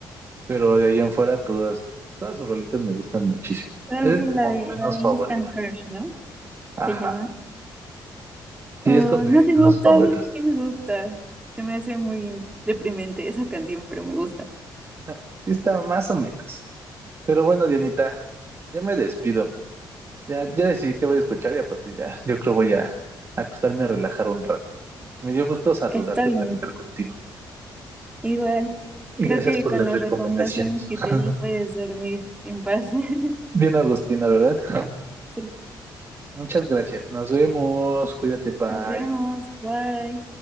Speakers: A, on the right; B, on the right.
A: Pero de ahí en fuera todas, todas sus rolitas me gustan muchísimo.
B: Oh,
A: Es
B: sí,
A: como
B: la de,
A: mi menos
B: la de Instant
A: favorita.
B: Crush, ¿no?
A: Ajá.
B: Se llama.
A: Sí,
B: Oh,
A: es como
B: no
A: de mis
B: te gusta,
A: menos favoritas.
B: a mí sí me gusta. Se me hace muy deprimente esa canción, pero me gusta.
A: <laughs> Sí está más o menos. Pero bueno, Dianita, ya me despido. Ya, ya decidí que voy a escuchar y aparte ya, yo creo voy a acostarme a relajar un rato. Me dio gusto saludarte
B: Está bien.
A: y platicar contigo.
B: Igual,
A: Y
B: creo
A: gracias
B: que
A: por
B: con
A: las
B: las
A: recomendaciones.
B: recomendaciones que
A: <laughs>
B: te di puedes dormir en paz. <laughs>
A: Bien, Agustina, ¿verdad? <laughs>
B: Sí,
A: Muchas gracias. Nos vemos. Cuídate, bye.
B: nos vemos. Bye.